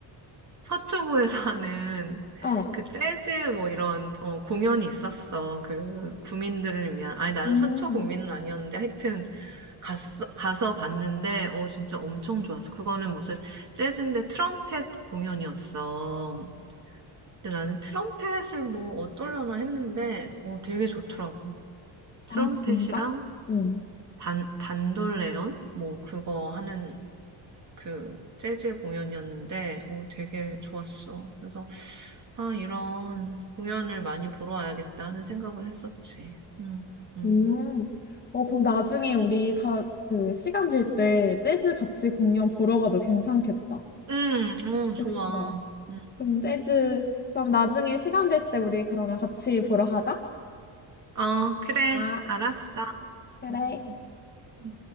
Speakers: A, on the right; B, on the left.
A: 서초구에서 <laughs> 하는
B: 아,
A: 그 재즈 뭐 이런 어, 공연이 있었어. 그 구민들을 위한. 아니, 나는
B: 음,
A: 서초 구민은 아니었는데 하여튼 갔어, 가서 봤는데, 어, 진짜 엄청 좋았어. 그거는 무슨 재즈인데 트럼펫 공연이었어. 근데 나는 트럼펫을 뭐 어떨려나 했는데, 어, 되게 좋더라고. 트럼펫이랑
B: 아 진짜? 응.
A: 반, 반돌레온? 뭐 그거 하는 그 재즈 공연이었는데, 어, 되게 좋았어. 그래서, 아, 이런 공연을 많이 보러 와야겠다 하는 생각을 했었지. 응, 응.
B: 음. 어, 그럼 나중에 우리 다 그 시간 될 때 재즈 같이 공연 보러 가도 괜찮겠다.
A: 응, 응, 어, 좋아.
B: 그러니까.
A: 응.
B: 그럼 재즈, 그럼 나중에 시간 될 때 우리 그러면 같이 보러 가자.
A: 어, 그래.
B: 아,
A: 알았어.
B: 그래.
A: 응. 음.